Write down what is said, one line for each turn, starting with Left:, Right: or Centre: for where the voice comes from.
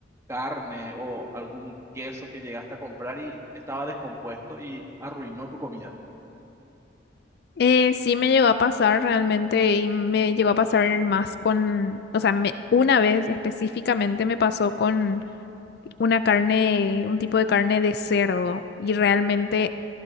Right: carne o algún queso que llegaste a comprar y estaba descompuesto y arruinó tu comida.
Left: Eh, sí me llegó a pasar realmente y me llegó a pasar más con, o sea, me- una vez específicamente me pasó con una carne, un tipo de carne de cerdo y realmente